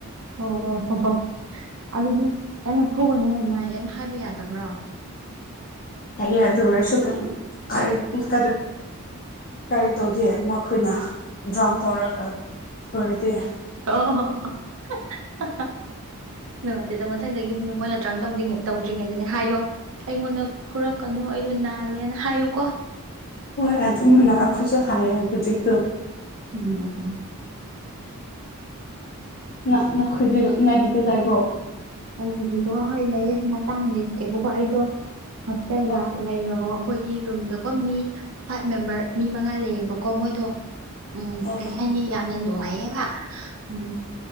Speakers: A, on the right; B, on the left.
A: ꯑꯣ ꯍꯣ ꯍꯣ ꯑꯗꯨꯗꯤ ꯅꯪꯅ ꯐꯨꯒꯅꯨ ꯅꯥꯏ ꯍꯥꯏꯅ ꯍꯥꯏꯕ ꯌꯥꯗꯕ꯭ꯔꯣ
B: ꯍꯥꯏꯌꯦ ꯑꯗꯨ ꯑꯣꯏꯔꯁꯨ ꯑ ꯎꯝ <unintelligible> ꯀꯔꯤ ꯇꯧꯒꯦ ꯃꯈꯣꯏꯅ ꯗ꯭ꯔꯪ ꯇꯧꯔꯒ ꯐꯨꯔꯗꯤ
A: ꯑꯣ ꯍꯣ ꯍꯥ ꯍꯥ ꯅꯨꯡꯉꯥꯏꯇꯦꯗ ꯃꯊꯪꯗꯒꯤ <unintelligible> ꯃꯣꯏꯅ ꯗ꯭ꯔꯪ ꯇꯧꯗꯤꯉꯩ ꯇꯧꯗ꯭ꯔꯤꯉꯩꯗꯅꯦ ꯍꯥꯏꯌꯣ ꯑꯩꯉꯣꯟꯗ ꯐꯨꯔꯛꯀꯅꯨ ꯑꯩꯗꯣ ꯅꯥꯏꯌꯦꯅ ꯍꯥꯏꯌꯨꯀꯣ
B: ꯍꯣꯏ ꯑꯗꯨꯝ ꯃꯥꯏꯅ ꯑꯈꯣꯏꯁꯨ ꯍꯥꯏꯌꯦ ꯍꯧꯖꯤꯛꯇꯣ
A: <unintelligible>
B: ꯅ ꯅꯈꯣꯏꯗꯤ ꯅꯒꯤꯗ ꯂꯩꯕ꯭ꯔꯣ
A: ꯑꯩꯒꯤꯗꯤꯗꯣ ꯍꯣꯏ ꯂꯩꯌꯦ ꯃꯇꯥꯡ ꯌꯦꯡꯒꯦꯕꯀꯣ ꯑꯩꯗꯣ ꯍꯣꯁꯇꯦꯜꯗ
B: ꯍꯣꯏ
A: ꯂꯩꯌꯦꯕꯀꯣ ꯑꯩꯈꯣꯏꯒꯤ ꯔꯨꯝꯗꯀꯣ ꯃꯤ ꯐꯥꯏꯚ ꯃꯦꯝꯕꯔ ꯃꯤ ꯃꯉꯥ ꯂꯩꯌꯦꯕꯀꯣ ꯃꯣꯏꯗꯣ ꯎꯝ
B: ꯑꯣ
A: ꯀꯩ ꯍꯥꯏꯅꯤ ꯌꯥꯝꯅ ꯅꯨꯡꯉꯥꯏꯌꯦꯕ ꯎꯝ